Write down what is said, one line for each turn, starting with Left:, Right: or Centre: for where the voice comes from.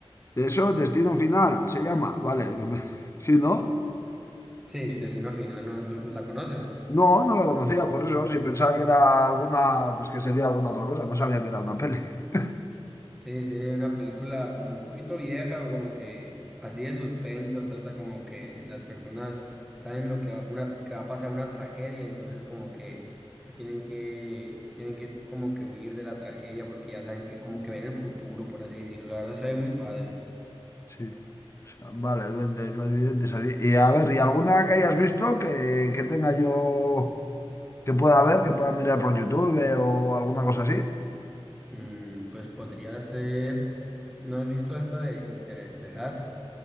Left: Eso, Destino Final, se llama, vale. que me- <laughs> Sí, ¿no?
Centre: Sí, Destino Final, ¿no, no la conoces?
Left: No, no lo conocía, por eso, si pensaba que era alguna, pues que sería alguna otra cosa, no sabía que era una peli. <laughs>
Centre: Sí, sí, una película como un poquito vieja o como que así de suspenso, trata como que las personas saben lo que va, una, que va a pasar una tragedia, entonces como que se tienen que, tienen que como que huir de la tragedia porque ya saben que como que ven el futuro, por así decirlo. La verdad se ve muy padre.
Left: Sí. O sea, Vale, ven de clarividentes así. Y a ver, ¿y alguna que hayas visto que, que tenga yo, que pueda ver, que pueda mirar por YouTube eh, o alguna cosa así?
Centre: Mm, pues podría ser, ¿no has visto esta de Interestelar?